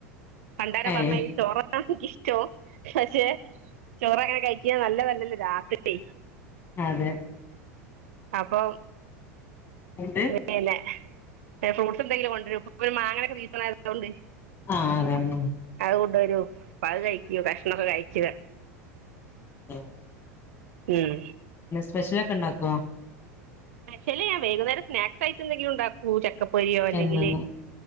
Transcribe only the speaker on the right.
പണ്ടാര
പറഞ്ഞഈ ചോറണ റ്റൊ പക്ഷെ ചോറ് അങ്ങനെ കഴിച്ച ഞ നല്ല വല്ലല്ലേ രാത്രി
അപ്പൊ
ഉന്നല്ല ഫ്രൂട്ട്സ് എന്തെിലും കൊണ്ടുവരും ഇപ്പ മാങ്ങനൊക്കെ സീസൺ ആയതുകൊണ്ട്
കൊണ്ട വരു പാ കഴിക്കോ കഷ്മൊക്കെ കഴിക്കുക
ഉം
സ്പെഷ്യൽ വൈകുന്നേരം സ്നാക്സ് ആയിട്ട് എന്തെങ്കിലും ഉണ്ടാക്കൂ ഒക്കെ പൊരിയോ അല്ലെങ്കിൽ